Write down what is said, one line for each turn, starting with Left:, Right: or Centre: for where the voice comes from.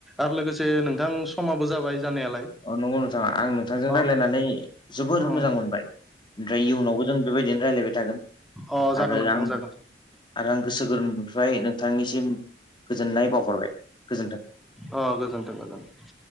Centre: आरो लोगोसे नोंथां समाबो जाबाय जानायालाय।
Left: अ नंगौ नोंथाङा आं नोंथांजों
Centre: ओ अ
Left: रायजलायनानै जोबोर
Centre: अ
Left: मोजां मोनबाय। ओमफ्राय इयुनावबो जों बेबायदिनो रायजलायबाय थागोन।
Centre: अ जागोन
Left: आरो
Centre: नोंथां
Left: आं
Centre: जागोन।
Left: आरो आं गोसो गोरबोनिफ्राय नोंथांनिसिम गोजोननाय बावहरबाय गोजोन्थों।
Centre: अ गोजोन्थों गोजोनथों।